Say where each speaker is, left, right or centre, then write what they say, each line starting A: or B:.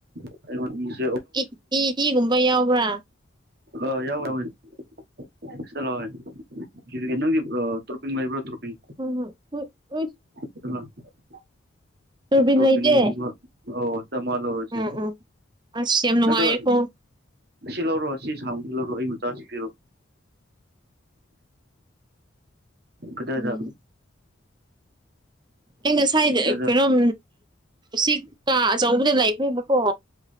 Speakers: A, on the right; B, on the right.
A: <inaudible> <unintelligible>
B: ꯏꯛ ꯏ ꯏꯒꯨꯝꯕ ꯌꯥꯎꯕ꯭ꯔꯥ
A: ꯑꯥ ꯌꯥꯎꯋꯤ ꯌꯥꯎꯋꯤ <unintelligible> ꯅꯪꯒꯤ ꯑꯥ ꯇ꯭ꯔꯣꯄꯤꯡ ꯂꯩꯕ꯭ꯔꯣ ꯇ꯭ꯔꯣꯄꯤꯡ
B: <unintelligible>
A: <unintelligible>
B: ꯇꯨꯔꯕꯤꯟ
A: ꯇ꯭ꯔꯣꯄꯤꯡꯒꯨꯝꯕ
B: ꯂꯩꯇꯦ
A: ꯑꯣꯠꯁ ꯑꯃ ꯂꯧꯔꯁꯤ
B: ꯎꯝ ꯎꯝ ꯑꯁ ꯌꯥꯝ ꯅꯨꯡꯉꯥꯏꯔꯦꯀꯣ
A: ꯅꯠꯇ꯭ꯔꯥꯒ ꯁꯤ ꯂꯧꯔꯣ ꯑꯁꯤ ꯁꯥꯡꯕꯖꯤ ꯂꯧꯔꯣ ꯑꯩ ꯃꯆꯥꯁꯤ ꯄꯤꯔꯣ ꯀꯗꯥꯏꯗꯥ
B: ꯎꯝ ꯑꯩ ꯉꯁꯥꯏꯗ
A: ꯀꯗꯥꯏꯗ
B: ꯀꯩꯔꯣꯝ ꯁꯤ ꯀꯥ ꯑꯆꯧꯕꯗ ꯂꯩꯈ꯭ꯔꯦꯕꯀꯣ